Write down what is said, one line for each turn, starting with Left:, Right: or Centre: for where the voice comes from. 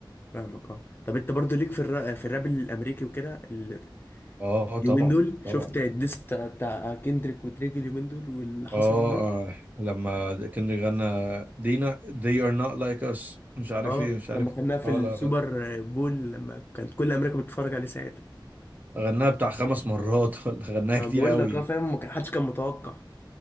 Left: فاهمك اه طب انت برضو ليك في الراب في الراب الامريكي وكده ال-
Right: اه آه، طبعا
Left: اليومين دول
Right: طبعا
Left: شفت الديس بتاع بتاع كيندريك ودريك اليومين دول واللي حصل
Right: اه
Left: منه
Right: لما كان غنى دينا they are not like us مش عارف
Left: اه
Right: ايه مش عارف
Left: لما
Right: ايه
Left: كنا في
Right: اه
Left: السوبر
Right: لا لا
Left: بول لما كانت كل امريكا بتتفرج عليه ساعتها
Right: غناها بتاع خمس مرات <laughs> ولا غناها
Left: ما
Right: كتير
Left: بقول
Right: قوي
Left: لك اه فاهم ما كان- حدش كان متوقع